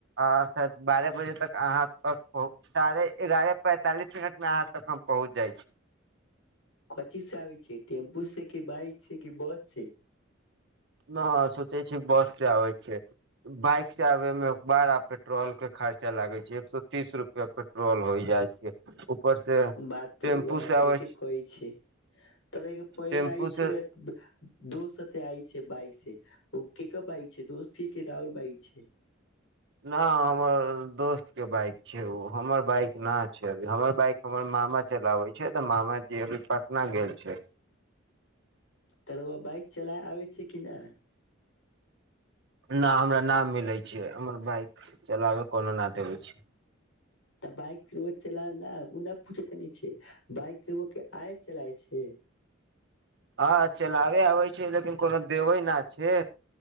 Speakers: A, on the right; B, on the left.
A: आ बारह बजे तक अहाँ तक पहु साढ़े एगारह पैंतालिस मिनट मे अहाँ तक हम पहुँच जाइ छी
B: क्ची से आ छै टेम्पू छै कि बइक छै कि बस छै
A: न स ते छै बस से आै छै बाइक से आबे में अखबार आ पे पेट्रोल के खर्चा लागे छै एक सए तीस रुपआ पेट्रोल होय जाइ छै ऊपर से
B: बात तोरए
A: टेम्पू से आबै
B: नीके कहै छै तर पहिले
A: टेम्पू
B: आइ
A: से
B: छै दोे आइ छै बइ से ओ के क बइ छै दोस्ती के रउल बाइ छै
A: न हमर दोस्त के बाइक छै ओ हमर बाइक न छै अभी हमर बाइक हमर मामा चलाबै छै तऽ मामा जी अभी पटना गेल छै
B: तरो आ बइक चलाय आ छै कि नहि
A: नहि हमरा नाम मिलै छै हमर बाइक चलाबय कोनो न देबै छै
B: तऽ बाइक चल ओ नहि पूछ त छै बाइक के आइ चलाय छै
A: हँ चलाबे आबै छै लेकिन कोनो देबे न छै